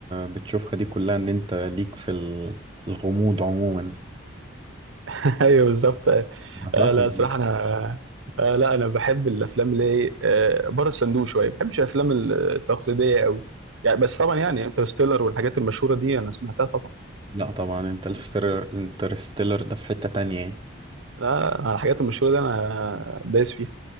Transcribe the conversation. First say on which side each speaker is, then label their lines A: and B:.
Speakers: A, on the right; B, on the right.
A: بتشوفها دي كلها ان انت ليك في ال- الغموض عموما
B: <laughs> أيوه بالظبط أه
A: ما صح
B: آه، لا
A: يعني
B: صراحة أنا أه لا أنا بحب الأفلام اللي هي أه بره الصندوق شوية ما بحبش الأفلام التقليدية أوي يعني بس طبعا يعني انترستيلر والحاجات المشهورة دي أنا سمعتها طبعا
A: لا طبعا انت الستيلر انترستيلر ده في حتة تانية يعني
B: لا لا على الحاجات المشهورة دي أنا دايس فيها